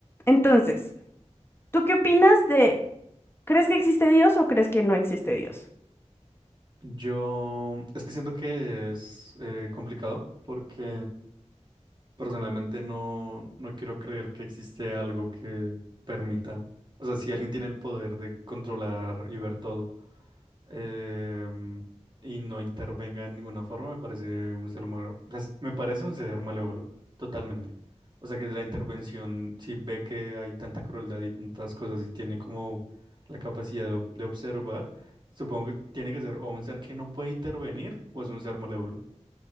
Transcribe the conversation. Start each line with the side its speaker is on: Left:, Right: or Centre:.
Left: Entonces, ¿tú qué opinas de, ¿crees que existe Dios o crees que no existe Dios?
Right: Yo es que siento que es eh, complicado porque personalmente no, no quiero creer que existe algo que permita, o sea, si alguien tiene el poder de controlar y ver todo em, y no intervenga en ninguna forma, me parece un ser malo, me parece un ser malévolo, totalmente. O sea, que la intervención, si ve que hay tanta crueldad y tantas cosas y tiene como la capacidad de ob- de observar. Supongo que tiene que ser o un ser que no puede intervenir o es un ser malévolo.